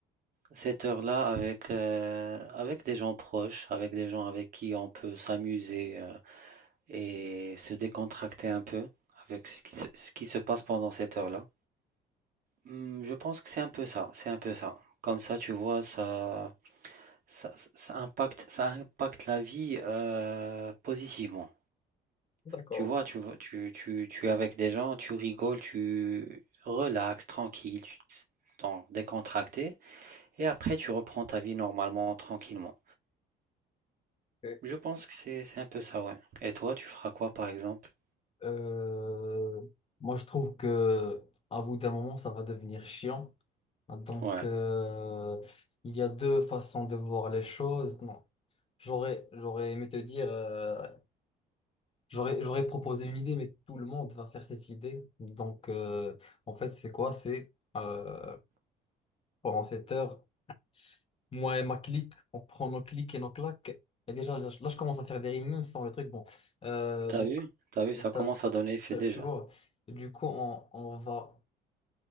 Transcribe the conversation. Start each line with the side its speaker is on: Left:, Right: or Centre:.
Right: cette heure-là avec, euh, avec des gens proches, avec des gens avec qui on peut s'amuser. euh, et se décontracter un peu avec ce qui se, ce qui se passe pendant cette heure-là. Hmm, Je pense que c'est un peu ça, c'est un peu ça. Comme ça, tu vois, ça, ça, ça impacte, ça impacte la vie euh, positivement.
Left: D'accord.
Right: Tu vois, tu, vois- tu, tu, tu es avec des gens, tu rigoles, tu relaxes, tranquille, tu t'en décontracté, et après tu reprends ta vie normalement, tranquillement.
Left: ok.
Right: Je pense que c'est, c'est un peu ça, ouais. Et toi, tu feras quoi, par exemple?
Left: Euh, moi, je trouve que à bout d'un moment, ça va devenir chiant. Donc,
Right: Ouais.
Left: euh, il y a deux façons de voir les choses. Non, j'aurais, j'aurais aimé te dire, euh, j'aurais, j'aurais proposé une idée, mais tout le monde va faire cette idée. Donc, euh, en fait, c'est quoi? C'est euh, pendant cette heure, moi et ma clique, on prend nos clics et nos claques. Et déjà, là, je là, je commence à faire des rimes, même sans le truc. Bon, Euh,
Right: T'as
Left: donc,
Right: vu? T'as vu, ça
Left: c'est
Right: commence
Left: un-
Right: à donner
Left: c'est
Right: effet déjà.
Left: un- tu vois, du coup, on, on va.